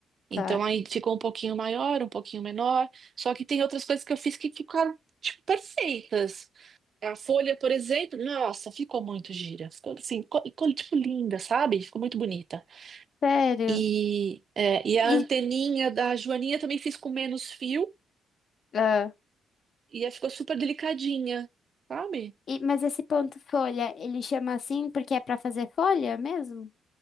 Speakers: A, on the left (about 55°); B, on the right (about 50°).
A: Tá.
B: Então aí ficou um pouquinho maior, um pouquinho menor. Só que tem outras coisas que eu fiz que ficaram, tipo, perfeitas. A folha, por exemplo, nossa, ficou muito gira. Ficou assim, co- co- tipo, linda, sabe? Ficou muito bonita.
A: Sério?
B: E, é, e a
A: E,
B: anteninha da Joaninha também fiz com menos fio
A: ah,
B: e aí ficou super delicadinha, sabe?
A: e, mas esse ponto folha, ele chama assim porque é pra fazer folha mesmo?